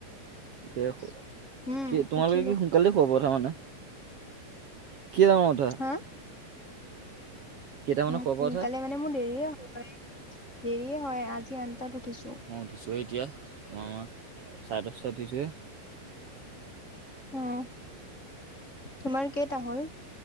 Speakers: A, on the right (about 70°); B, on the left (about 15°).
A: কি
B: উম
A: তোমালোকে
B: উঠিলো
A: কি সোনকালতে শুৱাৰ পৰা উঠা মানে। কেইটা মানত উঠা?
B: হা?
A: কেইটামানত
B: উম,
A: শুৱাৰ
B: সোনকালে
A: পৰা উঠা?
B: মানে মোৰ দেৰিয়ে হয়, দেৰিয় হয় আজি আঠ তাত উঠিছো।
A: মই উঠিছোঁহে এতিয়া, <unintelligible> চাৰে দহটাত উঠিছোঁহে।
B: উম, তোমাৰ কেইটা হ'ল?